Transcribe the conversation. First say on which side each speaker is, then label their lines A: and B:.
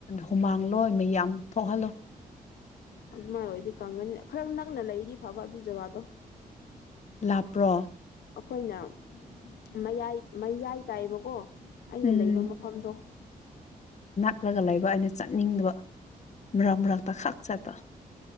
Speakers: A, on the left; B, on the left.
A: ꯍꯨꯃꯥꯡ <unintelligible> ꯃꯤꯌꯥꯝ ꯊꯣꯛꯍꯜꯂꯣ
B: ꯑꯗꯨꯃꯥꯏꯅ ꯑꯣꯏꯔꯗꯤ ꯀꯪꯒꯅꯤ ꯈꯔ ꯅꯛꯅ ꯂꯩꯔꯗꯤ ꯐꯕ ꯑꯗꯨ ꯖꯒꯥꯗꯣ
A: ꯂꯥꯞꯄ꯭ꯔꯣ
B: ꯑꯩꯈꯣꯏꯅ ꯃꯌꯥꯏ ꯃꯌꯥꯏ ꯇꯥꯏꯕꯀꯣ ꯑꯩꯅ
A: ꯎꯝ
B: ꯂꯩꯕ ꯃꯐꯝꯗꯣ
A: ꯈꯔꯒ ꯂꯩꯕ ꯑꯩꯅ ꯆꯠꯅꯤꯡꯗꯕ ꯃꯔꯛ ꯃꯔꯛꯇ ꯈꯥꯛ ꯆꯠꯄ